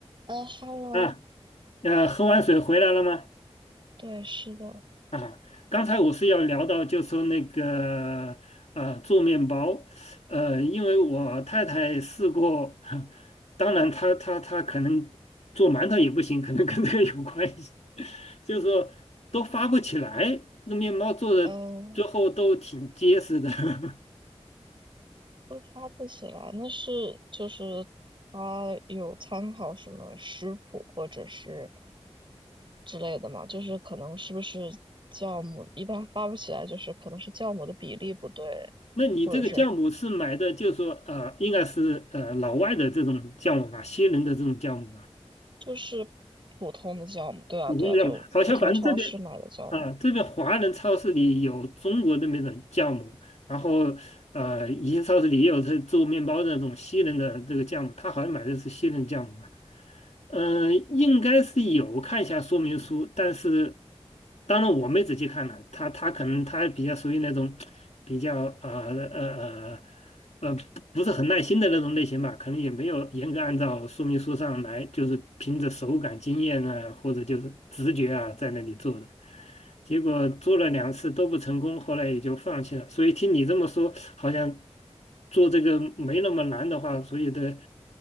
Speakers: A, on the right; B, on the left.
A: 呃，Hello，
B: 啊，呃，喝完水回来了吗？
A: 对，是的，
B: 啊，刚才我是要聊到，就说那个呃做面包，呃，因为我太太试过，<laughs> 当然她她她可能做馒头也不行，可能跟这个有关系，<laughs> 就是说都发不起来，这个面包做的最后都挺结实的。
A: 呃，
B: <laughs>
A: 会发不起来，那是就是他有参考什么食谱或者是之类的嘛，就是可能是不是酵母一般发不起来，就是可能是酵母的比例不对，
B: 那你这个酵母是买的，
A: 或者是
B: 就是说呃，应该是呃老外的这种酵母吧，西人的这种酵母吧？
A: 就是普通的酵母，对啊对啊，
B: 普通酵母，
A: 就普通超市买的酵母。
B: 好像反正这边啊，这边华人超市里有中国的那种的酵母，然后呃，一些超市里也有这做面包的那种西人的这个酵母，他好像买的是西人酵母吧。嗯，应该是有看一下说明书，但是当然我没仔细看了，他他可能他比较属于那种比较呃呃呃呃不不是很耐心的那种类型吧，可能也没有严格按照说明书上来，就是凭着手感经验呢，或者就是直觉啊，在那里做的。结果做了两次都不成功，后来也就放弃了。所以听你这么说，好像做这个没那么难的话，所以得